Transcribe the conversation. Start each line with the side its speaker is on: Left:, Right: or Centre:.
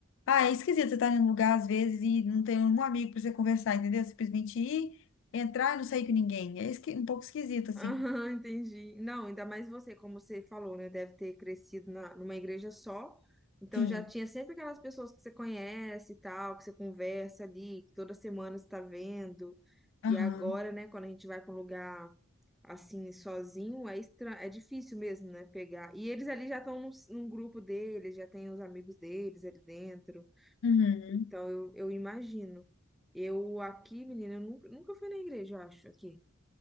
Left: Ah, é esquisito você estar em um lugar às vezes e não ter um amigo para você conversar, entendeu? Simplesmente ir, entrar e não sair com ninguém. É esqui- um pouco esquisito, assim.
Centre: Aham, entendi. Não, ainda mais você, como você falou, né? Deve ter crescido na, numa igreja só. Então
Left: Sim.
Centre: já tinha sempre aquelas pessoas que você conhece e tal, que você conversa ali, que toda semana você tá vendo.
Left: Aham.
Centre: E agora, né, quando a gente vai para um lugar assim, sozinho, é estra... é difícil mesmo, né, pegar. E eles ali já estão num, num grupo deles, já tem os amigos deles ali dentro.
Left: Uhum.
Centre: Então eu, eu imagino. Eu aqui, menina, eu nunca, nunca fui na igreja, eu acho, aqui.